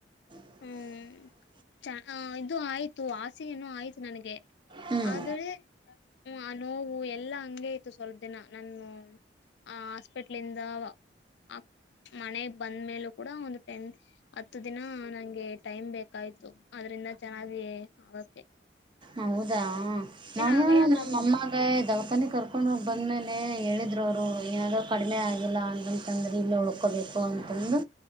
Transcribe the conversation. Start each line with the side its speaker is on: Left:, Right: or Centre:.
Right: <inaudible>
Left: ಹ್ಮ್ ಚ ಇದು ಆಯ್ತು ಆಸೆಯನ್ನು ಆಯ್ತು ನನಗೆ
Right: ಹ್ಮ್
Left: ಆದರೆ ಹ್ಮ ಆ ನೋವು ಎಲ್ಲಾ ಹಂಗೇ ಇತ್ತು ಸ್ವಲ್ಪ ದಿನ ನನ್ನು ಆ ಹಾಸ್ಪೆಟ್ಲಿಂದ ಆ ಮನೆಗ್ ಬಂದ ಮೇಲೊ ಕೂಡ ಒಂದು ಟೆನ್ ಹತ್ತು ದಿನ ನಂಗೆ ಟೈಮ್ ಬೇಕಾಯ್ತು ಅದ್ರಿಂದ ಚೆನ್ನಾಗಿ ಆಗೋಕೆ
Right: ಹೌದಾ ನಾನು
Left: ಆಗಲ್ಲ
Right: ನಮ್ಮಮ್ಮ
Left: ತಗೋ
Right: ದವಾಖಾನಿ ಕರ್ಕೊಂಡು ಹೋಗಿ ಬಂದ್ಮೇಲೆ ಹೇಳಿದರು ಅವರು ಏನಾದ್ರು ಕಡಿಮೆ ಆಗಿಲ್ಲ ಅಂತ ದ್ರೆ ಇಲ್ಲ ಉಳ್ಕೋಬೇಕು ಅಂತಂದು